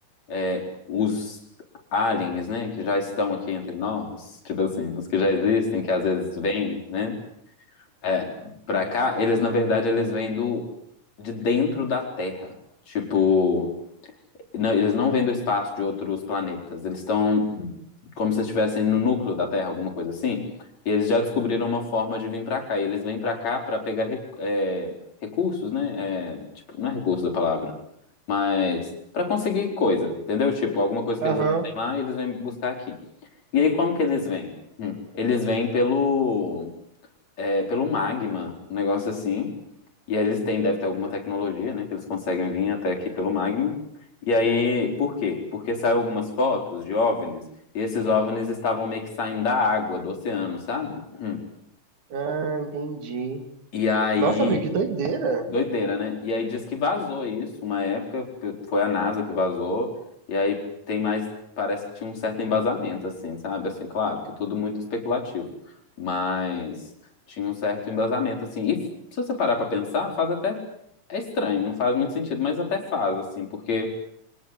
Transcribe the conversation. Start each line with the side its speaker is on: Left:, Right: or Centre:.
Left: é, os aliens, né, que já estão aqui entre nós, tipo assim, os que já existem, que às vezes vêm, né, é, pra cá, eles, na verdade, eles vêm do, de dentro da Terra. Tipo, não, eles não vêm do espaço de outros planetas. Eles estão como se estivessem no núcleo da Terra, alguma coisa assim. E eles já descobriram uma forma de vir pra cá. E eles vêm pra cá pra pegar re- é, recursos, né? É, tipo, não é recurso da palavra, mas pra conseguir coisa, entendeu? Tipo, alguma coisa que
Right: Aham.
Left: eles não têm lá, eles vêm buscar aqui. E aí, como que eles vêm? Hum, Eles vêm pelo é, pelo magma, um negócio assim. E aí eles têm, deve ter alguma tecnologia, né, que eles conseguem vir até aqui pelo magma. E aí, por quê? Porque saiu algumas fotos de OVNIs, e esses OVNIs estavam meio que saindo da água, do oceano, sabe? Hum.
Right: Ah, entendi.
Left: E aí,
Right: Nossa, amigo, que doideira.
Left: Doideira, né? E aí diz que vazou isso, uma época foi a NASA que vazou, e aí tem mais, parece que tinha um certo embasamento, assim, sabe? Assim, claro, que tudo muito especulativo, mas tinha um certo embasamento, assim. E se você parar pra pensar, faz até. É estranho, não faz muito sentido, mas até faz, assim, porque